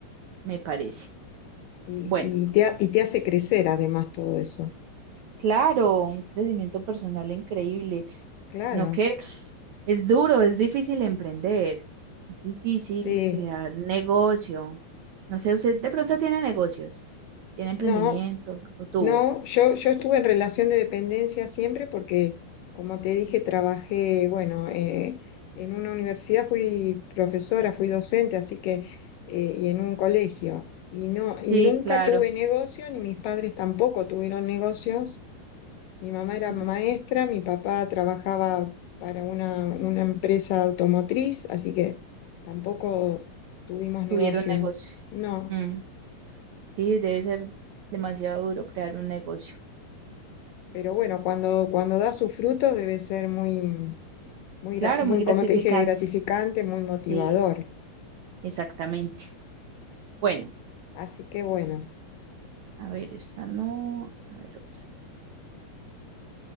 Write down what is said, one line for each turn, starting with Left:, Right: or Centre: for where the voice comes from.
Right: me parece.
Left: Y,
Right: Bueno,
Left: y te, ha- y te hace crecer además todo eso.
Right: claro, un crecimiento personal increíble.
Left: Claro,
Right: No que es duro, es difícil emprender, es difícil
Left: sí.
Right: crear negocio. No sé, usted de pronto tiene negocios. tiene emprendimiento
Left: No,
Right: o tuvo.
Left: No, yo, yo estuve en relación de dependencia siempre porque, como te dije, trabajé, bueno, eh, en una universidad fui profesora, fui docente, así que, eh, y en un colegio. Y no,
Right: Sí,
Left: y nunca
Right: claro.
Left: tuve negocio, ni mis padres tampoco tuvieron negocios. Mi mamá era
Right: Ujú.
Left: maestra, mi papá trabajaba para una, una empresa automotriz, así que tampoco tuvimos negocio.
Right: Tuvieron negocios.
Left: No,
Right: Mm. Sí, debe ser demasiado duro crear un negocio.
Left: pero bueno, cuando, cuando da sus frutos debe ser muy muy,
Right: Claro,
Left: gra- muy,
Right: muy gratificante.
Left: como te dije, gratificante, muy motivador.
Right: Sí, exactamente. Bueno,
Left: Así que bueno,
Right: a ver, esta no, a ver otra.